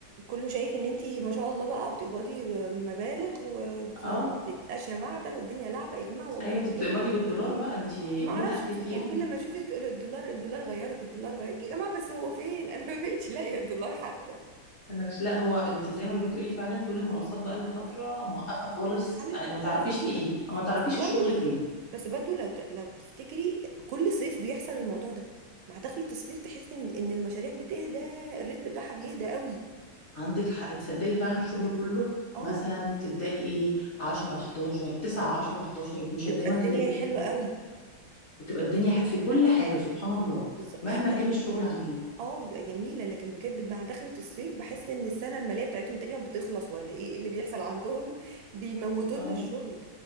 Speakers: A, on the right; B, on the left.
A: كله شايف ان انتي ما شاء الله بقى بتقبضي مبالغ وانتي
B: اه
A: بتبقاش يا معدن والدنيا لعبه يا جماعه والله
B: ايوه انت
A: مش
B: بتقبضي
A: كده
B: بالدولار بقى انت
A: ما
B: مين
A: اعرفش
B: قدك
A: في ايه
B: يعني
A: كل ما اشوفك الدولار الدولار غيرك الدولار غيرك يا جماعه بس هو فين <laughs> انا ما بقتش لاقيه الدولار حتى
B: انا مش لا هو انت زي ما بتقولي فعلا كل المنصات بقى لها فتره موقفه خالص
A: اه حلت
B: آه، ما
A: ركود
B: تعرفيش
A: غريبة
B: في ايه او ما تعرفيش
A: بس برضو
B: الشغل فين
A: بس برضو لو ت... لو تفتكري كل صيف بيحصل الموضوع ده مع دخلة الصيف تحسي ان ان المشاريع بتهدى الريتم بتاعها بيهدى قوي
B: عندك حق تصدقي فعلا الشغل كله
A: اه
B: مثلا تبداي ايه 10 11 9 10 11 12
A: بتبقى
B: دايما
A: الدنيا
B: تلاقي فيه
A: حلوة قوي
B: بتبقى الدنيا ح- في كل حاجه سبحان الله
A: بالظبط
B: مهما
A: حتى
B: كان الشغل عن ايه
A: اه بيبقى جميلة لكن بجد مع دخلة الصيف بحس ان السنة المالية بتاعتهم تقريبا بتخلص ولا ايه اللي بيحصل عندهم بيموتوا
B: اه
A: لنا الشغل